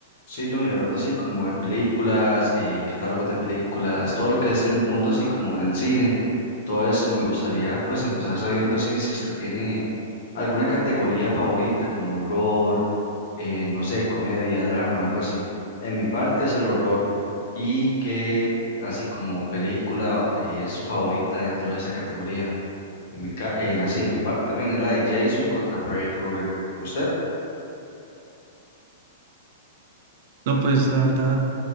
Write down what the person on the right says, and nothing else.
No, pues la verdad,